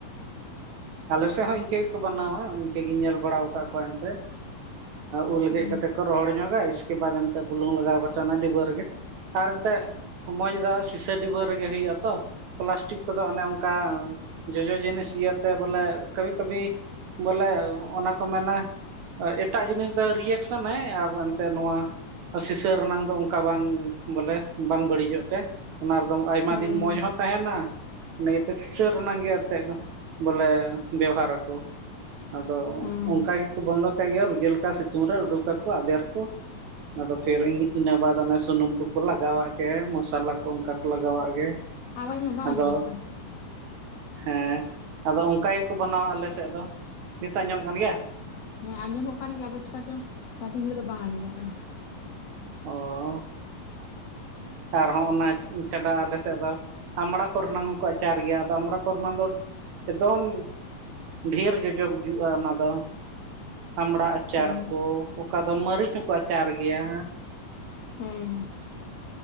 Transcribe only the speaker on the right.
ᱟᱞᱮ ᱥᱮᱫ ᱦᱚᱸ ᱤᱱᱠᱟᱹ ᱜᱮᱠᱚ ᱵᱮᱱᱟᱣᱟ ᱤᱱᱠᱟᱹ ᱜᱤᱧ ᱧᱮᱞ ᱵᱟᱲᱟᱣ ᱠᱟᱜ ᱠᱚᱣᱟ ᱮᱱᱛᱮ ᱩᱞ
ᱜᱮᱫ ᱠᱟᱛᱮᱜ ᱠᱚ ᱨᱚᱦᱚᱲ ᱧᱚᱜᱟ ᱤᱥᱠᱮ ᱵᱟᱫ ᱮᱱᱛᱮᱜ ᱵᱩᱞᱩᱝ ᱞᱟᱜᱟᱣ ᱠᱟᱛᱮᱫ ᱚᱱᱟ ᱰᱤᱵᱟᱹ ᱨᱮᱜᱮ ᱟᱨ ᱮᱱᱛᱮᱜ ᱢᱚᱸᱡᱽ ᱫᱚ ᱥᱤᱥᱟᱹ ᱰᱤᱵᱟᱹ ᱨᱮᱜᱮ ᱦᱩᱭᱩᱜ ᱟ ᱛᱚ ᱯᱞᱟᱥᱴᱤᱠ ᱠᱚᱫᱚ ᱚᱱᱮ ᱚᱱᱠᱟ ᱡᱚᱡᱚ ᱡᱤᱱᱤᱥ ᱤᱭᱟᱹ ᱛᱚ ᱵᱚᱞᱮ ᱠᱚᱵᱷᱤ ᱠᱚᱵᱷᱤ ᱵᱚᱞᱮ ᱚᱱᱟ ᱠᱚ ᱢᱮᱱᱟ ᱮᱴᱟᱜ ᱡᱤᱱᱤᱥ ᱫᱚ ᱨᱤᱭᱮᱠᱥᱮᱱ ᱮ ᱟᱨ ᱮᱱᱛᱮᱫ ᱱᱚᱣᱟ ᱟᱨ ᱥᱤᱥᱟᱹ ᱨᱮᱱᱟᱝ ᱫᱚ ᱚᱱᱠᱟ ᱵᱟᱝ ᱵᱚᱞᱮ ᱵᱟᱝ ᱵᱟᱹᱲᱤᱡᱚᱜ ᱛᱮ ᱚᱱᱟ ᱨᱮᱫᱚ ᱟᱭᱢᱟ
ᱫᱤᱱ ᱢᱚᱡᱽ ᱦᱚᱸ ᱛᱟᱦᱮᱱᱟ ᱱᱤᱭᱟᱹᱛᱮ ᱥᱤᱥᱟᱹ ᱨᱮᱱᱟᱝ ᱜᱮ ᱮᱱᱛᱮᱫ ᱫᱚ ᱵᱚᱞᱮ ᱵᱮᱣᱦᱟᱨᱟᱠᱚ ᱟᱫᱚ
ᱚᱱᱠᱟ ᱜᱮᱠᱚ ᱵᱚᱱᱫᱚ ᱨᱩᱡᱟᱹ ᱞᱮᱠᱟ ᱥᱤᱛᱩᱝ ᱨᱮ ᱩᱰᱩᱠ ᱟᱠᱚ ᱟᱫᱮᱨ ᱠᱚ᱾ ᱟᱫᱚ ᱯᱷᱤᱨ ᱤᱱᱟᱹ ᱵᱟᱫ ᱚᱱᱮ ᱥᱩᱱᱩᱢ ᱠᱚᱠᱚ ᱞᱟᱜᱟᱣᱟᱜ ᱜᱮ ᱢᱚᱥᱟᱞᱟ ᱠᱚ ᱚᱱᱠᱟ ᱠᱚ ᱞᱟᱜᱟᱣᱟᱜ ᱜᱮ᱾
ᱟᱫᱚ
ᱦᱮᱸ ᱟᱫᱚ ᱚᱱᱠᱟ ᱜᱮᱠᱚ ᱵᱮᱱᱟᱣᱟ ᱟᱞᱮ ᱥᱮᱫ ᱫᱚ ᱱᱤᱛ ᱟᱸᱡᱚᱢᱚᱜ ᱠᱟᱱ ᱜᱮᱭᱟ᱾
ᱚ ᱟᱨ ᱦᱚᱸ ᱚᱱᱟ ᱪᱷᱟᱰᱟ ᱟᱞᱮ ᱥᱮᱫ ᱫᱚ ᱟᱢᱲᱟ ᱠᱚᱨᱮᱱᱟᱜ ᱦᱚᱸᱠᱚ ᱟᱪᱟᱨ ᱜᱮᱭᱟ ᱟᱫᱚ ᱟᱢᱲᱟ ᱠᱚᱨᱮᱱᱟ ᱫᱚ ᱮᱠᱫᱚᱢ ᱰᱷᱮᱨ ᱡᱚᱡᱚ ᱜᱩᱡᱩᱜᱼᱟ᱾ ᱚᱱᱟ ᱫᱚ ᱟᱢᱲᱟ ᱟᱪᱟᱨ
ᱠᱚ ᱚᱠᱟ ᱫᱚ ᱢᱟᱹᱨᱤᱪ ᱦᱚᱸᱠᱚ ᱟᱪᱟᱨ ᱜᱮᱭᱟ᱾